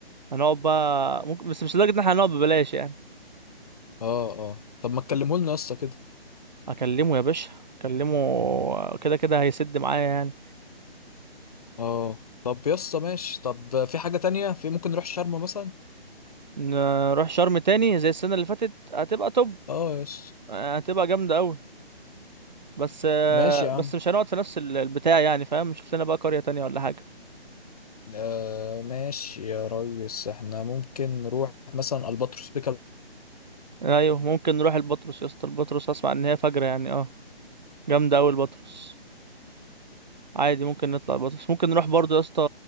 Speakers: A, on the right (about 45°); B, on the left (about 35°).
A: هنقعد بقى ممكن بس مش لدرجه ان احنا هنقعد ببلاش يعني
B: اه اه طب ما تكلمه لنا يا اسطى كده
A: اكلمه يا باشا اكلمه كده كده هيسد معايا يعني
B: اه طب يا اسطى ماشي طب في حاجة تانية في ممكن نروح شرم مثلا
A: نروح شرم تاني زي السنه اللي فاتت هتبقى توب
B: اه يا اسطى
A: آه، هتبقى جامدة أوي بس آه،
B: ماشي يا عم
A: بس مش هنقعد في نفس ال- البتاع يعني فاهم شوف لنا بقى قرية تانية ولا حاجة
B: آه ماشي يا ريس احنا ممكن نروح مثلا الباتروس بيكال
A: أيوه ممكن نروح البطرس يا اسطى البطرس أسمع إن هي فجرة يعني اه جامدة أوي البطرس عادي ممكن نطلع البطرس ممكن نروح برضو يا اسطى